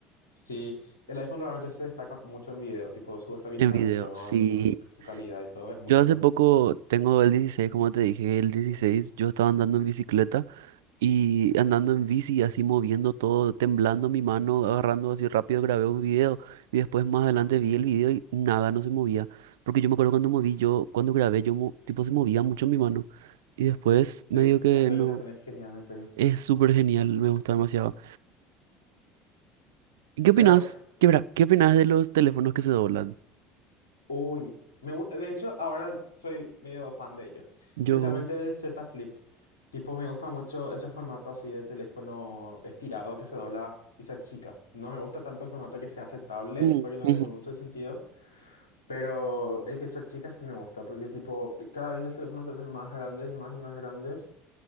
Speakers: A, on the left; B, on the right.
A: sí, el iPhone realmente se destaca mucho en video, tipo, su estabilización,
B: en video. Sí,
A: su, su calidad y todo es muy
B: yo
A: bueno.
B: hace poco tengo el 16, como te dije, el 16, yo estaba andando en bicicleta Y andando en bici, así moviendo todo, temblando mi mano, agarrando así rápido, grabé un video y después más adelante vi el video y nada, no se movía. Porque yo me acuerdo cuando moví, yo, cuando grabé, yo, mo- tipo, se movía mucho mi mano. Y después me
A: Sí,
B: dijo que
A: la estabilización
B: no,
A: es genial, en serio.
B: es súper genial, me gusta demasiado. ¿Y qué opinas?
A: pero
B: ¿Qué, verá- qué opinas de los teléfonos que se doblan?
A: Uy, me gu- de hecho ahora soy medio fan de ellos,
B: Yo...
A: especialmente del Z Flip. Tipo, me gusta mucho ese formato así de teléfono estirado que se dobla y se achica. No me gusta tanto el formato que se hace tablet
B: Mm,
A: porque no
B: ujú.
A: le veo mucho el sentido, pero el que se achica sí me gusta porque tipo, cada vez los teléfonos se hacen más grandes y más y más grandes